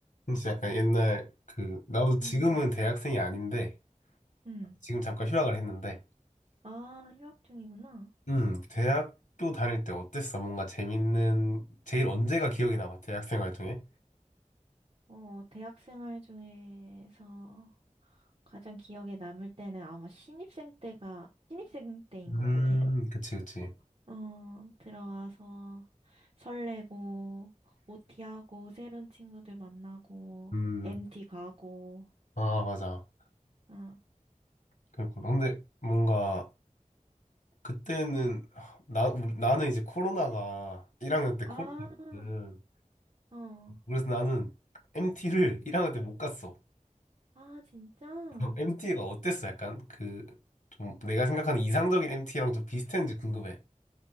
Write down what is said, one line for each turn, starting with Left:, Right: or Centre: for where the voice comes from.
Left: 진짜 약간 옛날 그 나도
Right: 음,
Left: 지금은 대학생이 아닌데
Right: 음.
Left: 지금 잠깐 휴학을 했는데
Right: 아, 휴학 중이구나.
Left: 음 대학교 다닐 때 어땠어? 뭔가 재밌는 제일 언제가 기억이 남아? 대학생 활 중에?
Right: 어, 대학 생활 중에서 가장 기억에 남을 때는 아마 신입생 때가, 신입생 때인
Left: 음
Right: 것 같아.
Left: 그치 그치
Right: 어, 들어가서 설레고, OT하고, 새로운 친구들 만나고,
Left: 음아
Right: MT 가고,
Left: 맞아
Right: 어.
Left: 그렇구나 근데 뭔가 그때는 나 우리- 나는 이제 코로나가 1학년 때
Right: 아,
Left: 코로나였거든
Right: 어.
Left: 그래서 나는 MT를 1학년 때 못 갔어
Right: 아, 진짜?
Left: <laughs> MT가 어땠어? 약간 그 좀 내가 생각하는 이상적인 MT랑 좀 비슷했는지 궁금해.